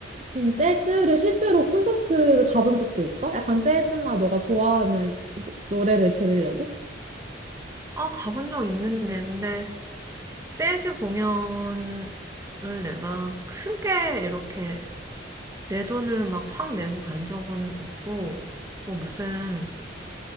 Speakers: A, on the right; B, on the right.
A: 그럼 재즈를 실제로 콘서트를 가본 적도 있어? 약간 재즈나 너가 좋아하는 노, 노래를 들으려고?
B: 아, 가본 적 있는데, 근데 재즈 공연을 내가 크게 이렇게 내 돈을 막 확 내고 간 적은 없고, 뭐 무슨